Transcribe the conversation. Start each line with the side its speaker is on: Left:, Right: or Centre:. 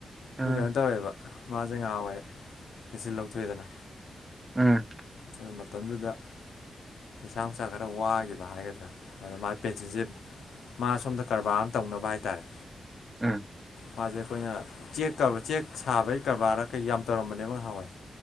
Right: ꯎꯝ
Left: ꯑꯗꯨ ꯀꯩꯅꯣ ꯇꯧꯋꯦꯕ ꯃꯥꯖꯦ ꯉꯍꯥꯋꯥꯏ ꯄꯦꯟꯁꯤꯜ ꯂꯧꯊꯣꯛꯑꯦꯗꯅ
Right: ꯑ
Left: ꯑꯗꯨ ꯃꯇꯝꯗꯨꯗ ꯄꯩꯁꯥ ꯅꯨꯡꯁꯥ ꯈꯔ ꯋꯥꯒꯤꯕ ꯍꯥꯏꯒꯗ꯭ꯔꯥ ꯑꯗꯣ ꯃꯥ ꯄꯦꯟꯁꯤꯜꯁꯦ ꯃꯥ ꯁꯣꯝꯗ ꯀꯔꯕꯥꯔ ꯑꯃ ꯇꯧꯅꯕ ꯍꯥꯏꯇꯥꯔꯦ
Right: ꯎꯝ
Left: ꯃꯥꯖꯦ ꯑꯩꯈꯣꯏꯅ ꯆꯦꯛ ꯀꯧꯔ ꯆꯦꯛ ꯁꯥꯕꯒꯤ ꯀꯔꯕꯥꯔ ꯀꯩ ꯌꯥꯝ ꯇꯧꯔꯝꯕꯅꯦꯕ ꯉꯍꯥꯋꯥꯏ